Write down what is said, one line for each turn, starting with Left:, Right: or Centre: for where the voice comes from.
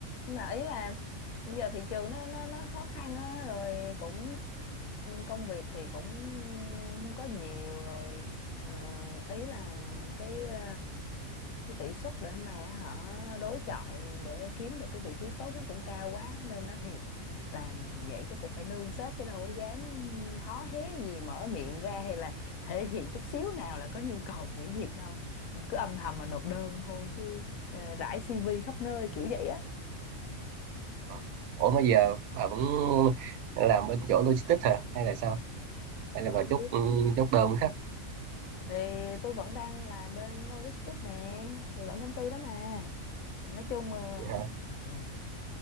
Left: Nhưng mà ý là giờ thị trường nó nó nó khó khăn á rồi cũng công việc thì cũng không có nhiều rồi ờ, ý là cái ờ, cái tỷ suất để mà họ đối chọi để kiếm được cái vị trí tốt nó cũng cao quá nên nó thiệt làm vậy chứ cũng phải nương sếp chứ đâu có dám hó hé gì mở miệng ra hay là thể hiện chút xíu nào là có nhu cầu nghỉ việc đâu cứ âm thầm mà nộp đơn thôi chứ ờ, rải CV khắp nơi kiểu vậy á
Right: Ờ. ủa mà giờ bà vẫn làm bên chỗ logistics hả hay là sao hay là
Left: ừ
Right: bà chốt ừ, chốt đơn với khách
Left: thì tôi vẫn đang làm bên logistics nè thì vẫn công ty đó mà nói chung ờ,
Right: vậy hả
Left: ừ